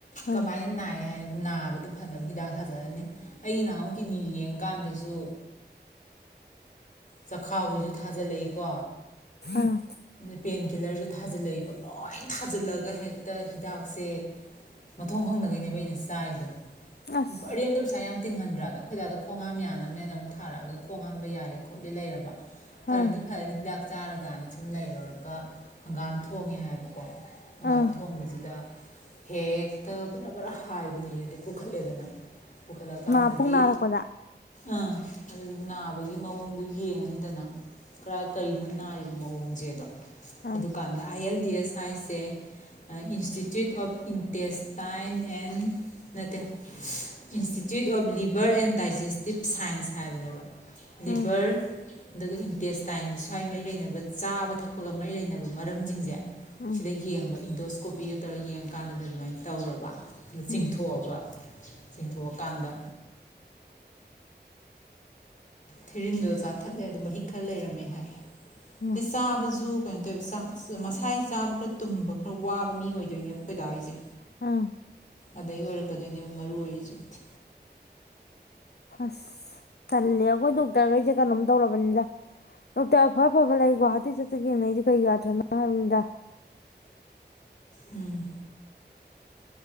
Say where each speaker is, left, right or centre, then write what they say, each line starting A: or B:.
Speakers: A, on the left (about 45°); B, on the left (about 65°).
A: ꯀꯃꯥꯏꯅ
B: ꯑꯥ
A: ꯅꯥꯏ ꯍꯥꯏꯔꯤ ꯊꯥꯕꯗꯨ ꯐꯅꯕ ꯍꯤꯗꯥꯛ ꯊꯥꯖꯔꯅꯤ ꯑꯩꯒꯤ ꯅꯍꯥꯟꯨ ꯀꯤꯠꯅꯤ ꯌꯦꯡꯀꯥꯟꯗꯁꯨ ꯆꯈꯥꯎꯒꯤꯁꯨ ꯊꯥꯖꯤꯜꯂꯛꯏꯀꯣ
B: ꯑꯥ
A: ꯑ ꯄꯦꯟ ꯀꯤꯜꯂꯔꯁꯨ ꯐꯥꯖꯤ ꯂꯩꯩ ꯂꯣꯏ ꯊꯥꯖꯤꯜꯂꯒ ꯍꯦꯛꯇ ꯍꯤꯗꯥꯛꯁꯦ ꯃꯊꯣꯡ ꯈꯪꯗ ꯒꯩꯅꯕꯏꯩꯅꯁ ꯇꯥꯏ
B: ꯑꯁ
A: ꯑꯔꯦꯝꯕꯗ ꯄꯩꯁ ꯌꯥꯝ ꯇꯤꯡꯍꯟꯗ꯭ꯔꯥꯑꯣꯗ ꯑꯩꯈꯣꯏꯗ ꯗꯣ ꯈꯣꯡ ꯍꯥꯝ ꯌꯥꯅꯕꯅꯦꯅ ꯑꯃꯨꯛ ꯊꯥꯔꯛꯑꯒ ꯈꯣꯡ ꯍꯥꯝꯕ ꯌꯥꯔꯦ ꯈꯣꯠꯂꯦ ꯂꯩꯔꯕ ꯐꯔꯅꯤ
B: ꯑꯥ
A: ꯐꯔꯅꯤ ꯍꯤꯗꯥꯛ ꯆꯥꯔꯀꯥꯟꯗ ꯁꯨꯝ ꯂꯩꯔꯨꯔꯒ ꯍꯪꯒꯥꯝ ꯊꯣꯡꯉꯦ ꯍꯥꯏꯕꯀꯣ ꯍꯪꯒꯥꯝ
B: ꯑꯥ
A: ꯊꯣꯡꯕꯖꯤꯗ ꯍꯦꯛ ꯇ ꯕꯔꯕꯔ ꯍꯥꯏꯕꯅꯤ ꯑꯗꯩ ꯄꯨꯈꯠꯂꯦꯗꯅ ꯄꯨꯈꯠꯂꯀꯥꯟꯗꯗꯤ
B: ꯅꯥ ꯄꯨꯡ ꯅꯥꯔꯛꯄꯗ
A: ꯑꯥ ꯑꯗꯨ ꯅꯥꯕꯒꯤ ꯃꯑꯣꯡꯗꯣ ꯌꯦꯡꯉꯅꯤꯗꯅ ꯀꯔꯥꯏ ꯀꯔꯤꯅꯣ ꯅꯥꯔꯤꯕ ꯃꯑꯣꯡꯖꯦꯗꯣ
B: ꯑꯥ
A: ꯑꯗꯨꯀꯥꯟꯗ ꯑꯥꯏ ꯑꯦꯜ ꯗꯤ ꯑꯦꯁ ꯍꯥꯏꯁꯦ ꯏꯟꯁꯇꯤꯇ꯭ꯌꯨꯠ ꯑꯣꯐ ꯏꯟꯇꯦꯁꯇꯥꯏꯟ ꯑꯦꯟ ꯅꯠꯇꯦ institute of liver and digestive science ꯍꯥꯏꯕꯅꯦꯕ
B: ꯎꯝ
A: ꯂꯤꯕꯔ ꯑꯗꯨꯒ ꯏꯟꯇꯦꯁꯇꯥꯏꯟꯒꯤ ꯁ꯭ꯋꯥꯏ ꯃꯔꯤ ꯂꯩꯅꯕ ꯆꯥꯕ ꯊꯛꯄꯒ ꯃꯔꯤ ꯂꯩꯅꯕ ꯃꯔꯝꯖꯤꯡꯖꯦ
B: ꯎꯝ
A: ꯁꯤꯗ ꯌꯦꯡꯕ ꯗꯣꯁ ꯀꯣꯄꯤꯒ ꯇꯧꯔ ꯌꯦꯡꯀꯥꯟꯗꯗꯤ ꯑꯗꯨꯃꯥꯏꯅ ꯇꯧꯔꯕ ꯆꯤꯡꯊꯣꯛꯑꯕ
B: ꯎꯝ
A: ꯆꯤꯡꯊꯣꯛꯑꯀꯥꯟꯗ ꯊꯤꯔꯤꯟꯗꯣ ꯆꯥꯊꯠꯂꯦ ꯑꯗꯣ ꯃꯍꯤꯛ ꯈꯔ ꯂꯩꯔꯝꯃꯦ ꯍꯥꯏ
B: ꯎꯝ
A: ꯗꯩ ꯆꯥꯕꯖꯨ ꯀꯩꯅꯣ ꯇꯧꯋꯝꯕ ꯆꯥꯛ ꯃꯁꯥꯏ ꯆꯥꯕ ꯈꯔ ꯇꯨꯝꯕ ꯈꯔ ꯋꯥꯕ ꯃꯤ ꯑꯣꯏꯗꯣꯏꯅꯦꯕ ꯑꯩꯈꯣꯏꯗꯥꯒꯤꯖꯦ
B: ꯎꯝ
A: ꯑꯗꯩ ꯑꯣꯏꯔꯛꯀꯗꯣꯏꯅꯦꯕ ꯃꯔꯨ ꯑꯣꯏꯔꯤꯖꯤꯇꯤ
B: ꯑꯁ ꯇꯜꯂꯦ ꯑꯩꯈꯣꯏ ꯗꯣꯛꯇꯔꯒꯩꯖꯦ ꯀꯩꯅꯣꯝ ꯇꯧꯔꯕꯅꯤꯗ ꯗꯣꯛꯇꯔ ꯑꯐ ꯑꯐꯕ ꯂꯩꯒꯣ ꯍꯥꯇꯤꯆꯠ ꯆꯠ ꯌꯦꯡꯅꯩꯖꯦ ꯀꯩꯑꯥꯊ꯭ꯔꯥ ꯅꯣ ꯍꯥꯏꯕꯅꯤꯗ
A: ꯎꯝ